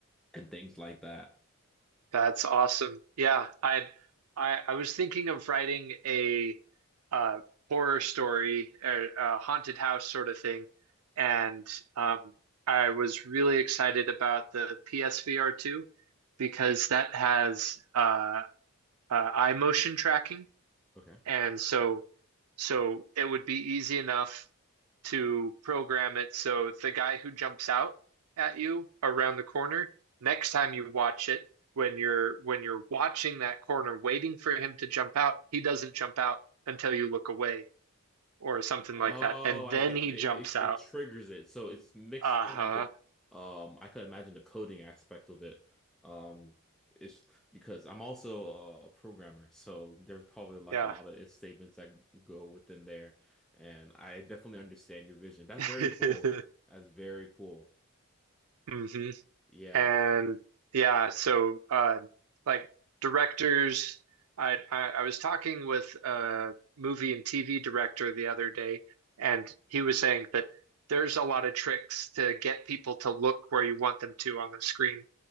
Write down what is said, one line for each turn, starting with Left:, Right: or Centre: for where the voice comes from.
Centre: and things like that.
Right: That's awesome. Yeah, I I I was thinking of writing a uh horror story, a, a haunted house sort of thing, and um I was really excited about the PSVR 2 because that has uh, uh eye motion tracking
Centre: Okay.
Right: and so so it would be easy enough to program it so the guy who jumps out at you around the corner, next time you watch it, when you're when you're watching that corner waiting for him to jump out, he doesn't jump out until you look away or something
Centre: Oh,
Right: like that. And
Centre: I
Right: then
Centre: get
Right: he
Centre: it,
Right: jumps
Centre: it.
Right: out.
Centre: It triggers it, so it's mixed
Right: Uh-huh.
Centre: in with. Um, I could imagine the coding aspect of it. Um, it's because I'm also a, a programmer, so there's probably like
Right: Yeah.
Centre: a lot of if statements that go within there, and I definitely understand your vision. That's
Right: <laughs>
Centre: very cool. That's very cool.
Right: hmm
Centre: Yeah.
Right: And yeah, so uh, like directors, I, I I was talking with a movie and TV director the other day, and he was saying that there's a lot of tricks to get people to look where you want them to on the screen.